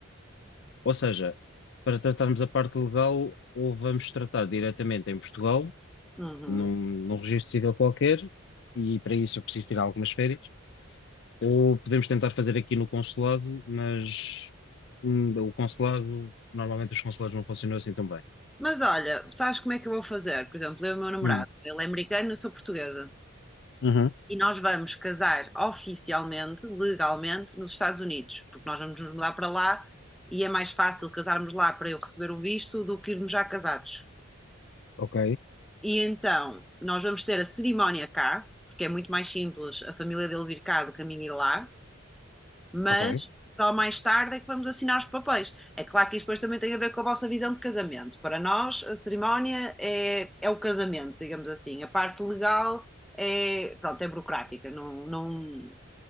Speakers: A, on the left (about 55°); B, in the centre.
A: ou seja, para tratarmos a parte legal, ou vamos tratar diretamente em Portugal
B: Uhum.
A: num, num registro civil qualquer, e para isso eu preciso tirar algumas férias. Ou podemos tentar fazer aqui no consulado, mas hum, o consulado, normalmente os consulados não funcionam assim tão bem.
B: Mas olha, sabes como é que eu vou fazer? Por exemplo, eu e o meu namorado,
A: Hum,
B: ele é americano, eu sou portuguesa.
A: uhum,
B: E nós vamos casar oficialmente, legalmente, nos Estados Unidos, porque nós vamos nos mudar para lá e é mais fácil casarmos lá para eu receber o visto do que irmos já casados.
A: Ok,
B: E então nós vamos ter a cerimónia cá, porque é muito mais simples a família dele vir cá do que a minha ir lá, mas
A: ok.
B: só mais tarde é que vamos assinar os papéis. É claro que isto depois também tem a ver com a vossa visão de casamento. Para nós, a cerimónia é, é o casamento, digamos assim. A parte legal é, pronto, é burocrática, não, não,